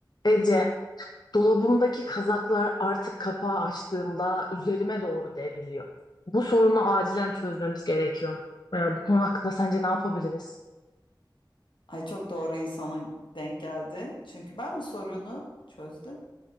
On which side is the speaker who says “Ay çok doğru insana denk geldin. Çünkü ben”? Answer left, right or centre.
Left